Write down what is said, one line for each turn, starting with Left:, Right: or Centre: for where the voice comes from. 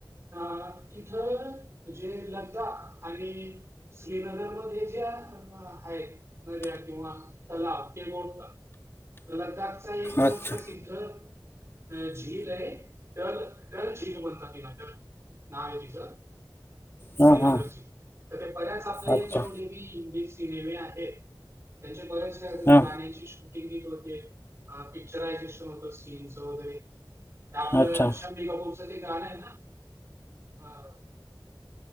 Right: अ तिथं म्हणजे लगदा आणि श्रीनगरमध्ये ज्या हायत नद्या किंवा तलाव ते मोडतात. ते लदाखचा एक
Left: अच्छा
Right: प्रसिद्ध अ झील आहे डल डल झील म्हणतात तिला डल, नाव आहे तिचं.
Left: हा
Right: श्रीनगरची.
Left: हा
Right: तर ते बऱ्याच आपले
Left: अच्छा
Right: जेव नेवी मीच दिलेली आहे. त्यांच्या बऱ्याच कार्य
Left: हा
Right: गाण्याची शूट सिंगिंग होते. अ पिक्चर हाय <unintelligible> सीनचं वगैरे ते आपलं
Left: अच्छा
Right: <unintelligible> एक गाणं आहे ना हा.